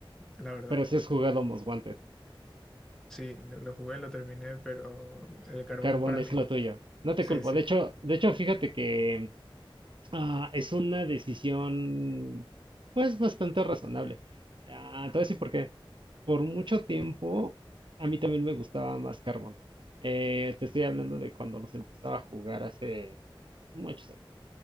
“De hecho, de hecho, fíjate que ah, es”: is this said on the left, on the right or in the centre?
Right